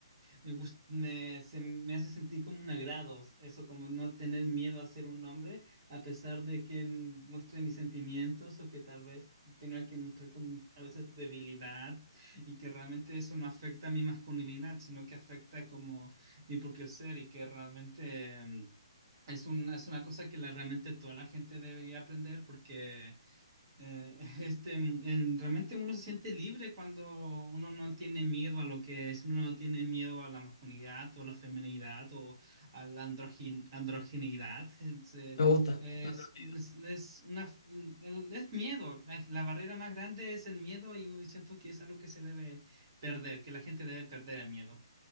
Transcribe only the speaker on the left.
Me gusta.
lo he traído.